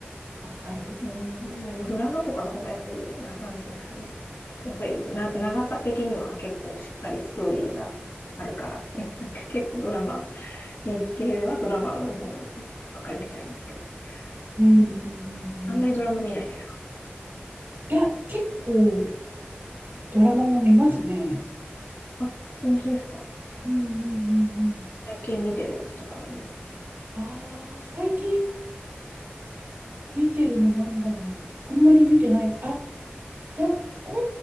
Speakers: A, on the right; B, on the left.
A: わかる。
B: うん、でもドラマとかの方がやっぱり、な、なんていうんですかね。やっぱりな、長さ的には結構しっかりストーリーがあるから、ね <laughs> 結構ドラマ、日系はドラマの方ばっかり見ちゃいますけど、
A: うん、うん、
B: うん、
A: う
B: あんまりドラマ見ないですか
A: んうん。いや、結構ドラマも見ますね。
B: あ、本当ですか
A: うん、うん、うん、うん。
B: 最近見てるやつとかあります
A: ああ、最近見てるのなんだろう。あんまり見てない。あ、いや、今